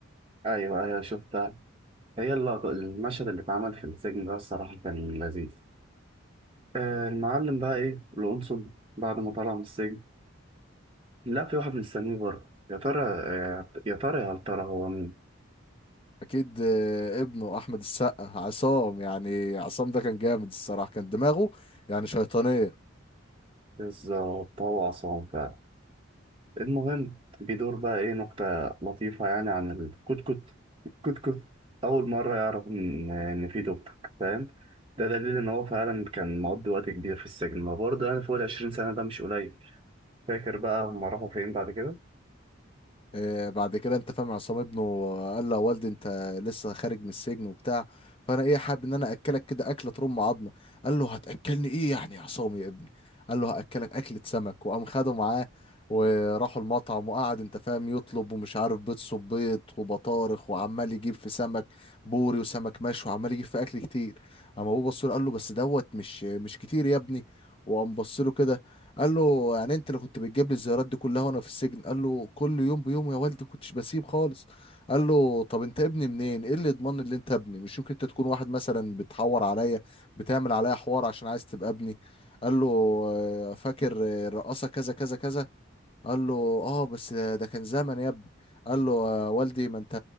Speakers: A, on the right; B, on the left.
A: ايوه ايوه شفتها هي اللقطة المشهد اللي اتعمل في السجن ده الصراحة كان لذيذ آه المعلم بقى ايه القنصل بعد ما طلع من السجن لا في واحد مستنيه بره يا ترى آه، يا ترى هل ترى هو مين
B: اكيد آه، ابنه احمد السقا عصام يعني عصام ده كان جامد الصراحه كان دماغه يعني شيطانيه
A: بالظبط هو عصام فعلا المهم بيدور بقى ايه نكتة لطيفة يعني عن الكتكوت الكتكوت أول مرة يعرف إن إن في توك فاهم ده دليل إن هو فعلا كان مقضي وقت كبير في السجن ما برضه يعني فوق العشرين سنة ده مش قليل فاكر بقى هما راحوا فين بعد كده؟
B: آه، بعد كده انت فاهم عصام ابنه آه، قال له يا والدي انت لسه خارج من السجن وبتاع فانا ايه حابب ان انا اكلك كده اكله ترم عظمه قال له هتاكلني ايه يعني يا عصام يا ابني قال له هاكلك اكله سمك وقام خده معاه وراحوا المطعم وقعد انت فاهم يطلب ومش عارف بيض صبيط وبطارخ وعمال يجيب في سمك بوري وسمك مشوي وعمال يجيب في اكل كتير اما ابوه بص له قال له بس دوت مش مش كتير يا ابني وقام بص له كده قال له يعني انت اللي كنت بتجيب لي الزيارات دي كلها وانا في السجن قال له كل يوم بيوم يا والدي كنتش بسيب خالص قال له طب انت ابني منين ايه اللي يضمن ان انت ابني مش ممكن انت تكون واحد مثلا بتحور عليا بتعمل عليا حوار عشان عايز تبقى ابني قال له آه، فاكر آه، الرقاصه كذا كذا كذا قال له اه بس ده ده كان زمن يا ابني قال له آه والدي ما انت